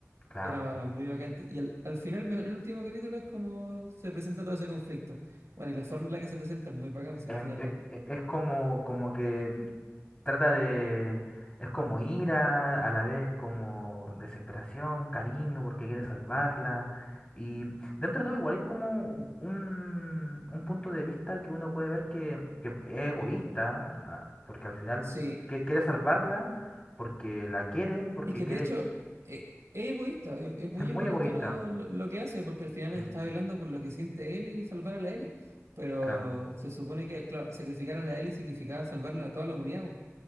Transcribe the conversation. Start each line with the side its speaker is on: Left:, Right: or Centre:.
Left: claro.
Right: era muy bacán. Y al, al final me- el último capítulo es como se presenta todo ese conflicto. Bueno, y la forma en la que se presenta es muy bacán, si
Left: em,
Right: al final...
Left: e- e- Es, como, como que n- trata de... Es como ira, a la vez como desesperación, cariño, porque quiere salvarla. Y dentro de todo igual es como u- un, un punto de vista que uno puede ver que, que es egoísta, ah, porque al final
Right: Sí,
Left: que- quiere salvarla porque la quiere y porque
Right: Es que
Left: quiere...
Right: de hecho eh, es egoísta, es, es muy
Left: Es muy
Right: egoísta
Left: egoísta.
Right: lo, lo, lo que hace, porque al final
Left: Sí,
Right: está velando por lo que siente él y salvar a la Ellie. Pero
Left: claro,
Right: se supone que, claro, sacrificar a la Ellie significaba salvarla a toda la humanidad, po,